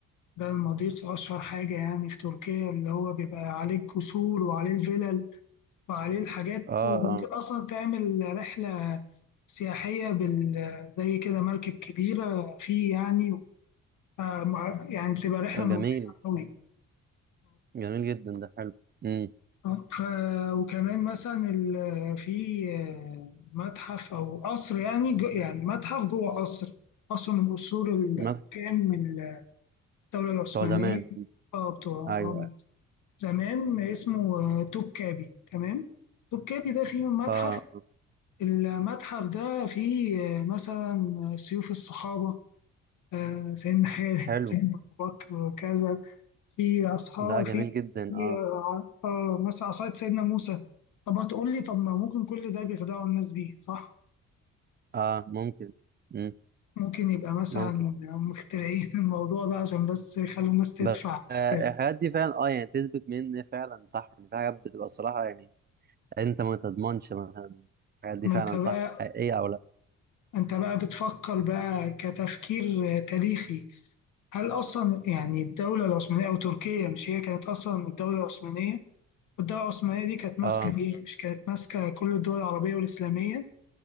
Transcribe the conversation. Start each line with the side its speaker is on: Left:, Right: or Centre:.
Left: ده المضيق أشهر حاجة يعني في تركيا اللي هو بيبقى عليه القصور وعليه الفلل وعليه الحاجات
Right: اه
Left: وممكن
Right: اه
Left: أصلا تعمل رحلة سياحية بال زي كده مركب كبيرة فيه يعني آه، مع- يعني بتبقى رحلة
Right: طب
Left: ممتعة
Right: جميل
Left: أوي
Right: جميل جدا ده حلو امم
Left: آه، ف وكمان مثلا ال- في آه، متحف او قصر يعني ج- يعني متحف جوه قصر قصر من قصور الحكام
Right: مثلا
Left: من الدوله العثمانيه
Right: بتوع زمان مم.
Left: اه بتوع آه،
Right: ايوه
Left: من
Right: أيوة.
Left: زمان اسمه آه، توبكابي تمام توبكابي ده فيه متحف
Right: اه آه.
Left: المتحف ده فيه آه، مثلا سيوف الصحابه آه، سيدنا خالد
Right: حلو
Left: سيدنا ابو بكر وكذا في اصحاب
Right: ده
Left: في
Right: جميل جدا
Left: في
Right: اه
Left: آه، آه، مثلا عصاية سيدنا موسى طب هتقول لي طب ما ممكن كل ده بيخدعوا الناس بيه صح
Right: اه ممكن امم
Left: ممكن يبقى مثلا
Right: ممكن
Left: مخترعين <laughs> الموضوع ده عشان بس يخلوا الناس تدفع
Right: بس آه،
Left: كده
Right: الحاجات دي فعلا اه يعني تثبت من فعلا صح يعني في حاجات بتبقى الصراحة يعني انت ما تضمنش مثلا الحاجات دي
Left: ما
Right: فعلا
Left: انت بقى
Right: صح حقيقية او لا
Left: انت بقى بتفكر بقى كتفكير تاريخي هل اصلا يعني الدولة العثمانية او تركيا مش هي كانت اصلا الدولة العثمانية والدولة العثمانية دي كانت ماسكة
Right: اه
Left: ايه مش كانت ماسكة كل الدول العربية والإسلامية